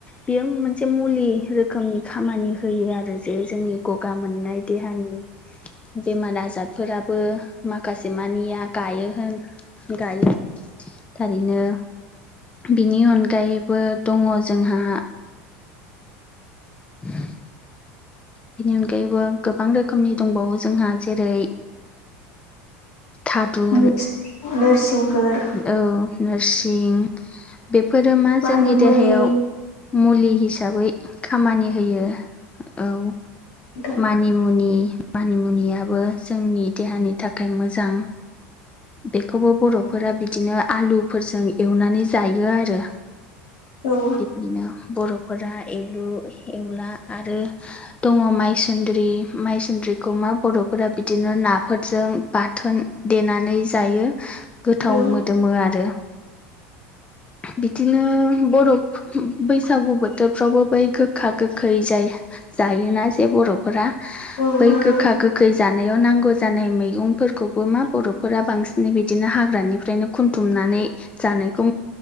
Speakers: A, on the left (about 15°); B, on the left (about 75°).
A: बेयो मोनसे मुलि रोखोमनि खामानि होयो आरो जे जोंनि गगा मोननाय देहानि बेमार आजारफोराबो माखासे मानिया गायो होन गायो। थारैनो बिनि अनगायैबो दंङ जोंहा। <inaudible> बिनि अनगायैबो गोबां रोखोमनि दंबावो जोंहा जेरै थादुन
B: <unintelligible> नोरसिंफोर
A: औ नोरसिं बेफोरो मा
B: मानिमुनि
A: जोंनि देहायाव मुलि हिसाबै खामानि होयो औ
B: थां
A: मानिमुनि मानिमुनियाबो जोंनि देहानि थाखाय मोजां। बेखौबो बर'फोरा बिदिनो आलुफोरजों एवनानै जायो आरो।
B: औ
A: बिदिनो बर'फोरा एवलु एवला आरो दङ मायसुन्द्रि माइसुन्द्रिखौ मा बर'फोरा बिदिनो नाफोरजों बाथोन। देनानै जायो गोथाव
B: औ
A: मोदोमो आरो बिदिनो बर' बैसागु बोथोरफ्रावबो बै गोखा गोखै जाय जायोना जे बर'फोरा
B: औ
A: बै
B: नंगौ
A: गोखा गोखै जानायाव नांगौ जानाय मैगंफोरखौबो मा बर'फोरा बांसिनै बिदिनो हाग्रानिफ्रायनो खुनथुमनानै जानायखौ